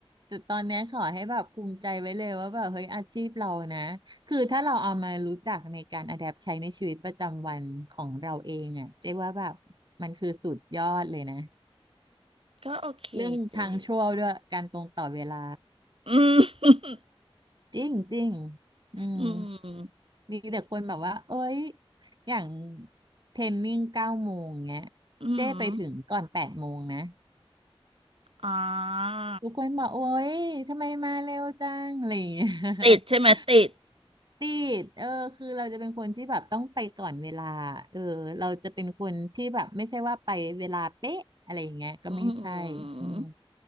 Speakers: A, on the right; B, on the right.
A: แต่ตอนเนี้ยขอให้แบบภูมิใจไว้เลยว่าแบบเฮ้ยอาชีพเรานะคือถ้าเราเอามารู้จักในการอะแดปใช้ในชีวิตประจำวันของเราเองอ่ะเจ๊ว่าแบบมันคือสุดยอดเลยนะ
B: ก็โอเคเจ๊
A: เรื่องทางชั่วด้วยการตรงต่อเวลา
B: อืม
A: จริงจริงอืม
B: อืม
A: มีแต่คนแบบว่าเอ้ยอย่างเทรนนิ่งเก้าโมงเงี้ย
B: อืม
A: เจ้ไปถึงก่อนแปดโมงนะ
B: อ่า
A: ทุกคนบอกโอ้ยทำไมมาเร็วจังอะไรอย่างเงี้ย
B: ติดใช่ไหมติด
A: <laughs> ติดเออคือเราจะเป็นคนที่แบบต้องไปก่อนเวลาเออเราจะเป็นคนที่แบบไม่ใช่ว่าไปเวลาเป๊ะอะไรอย่างเงี้ยก็ไม่ใช่อืม
B: อืม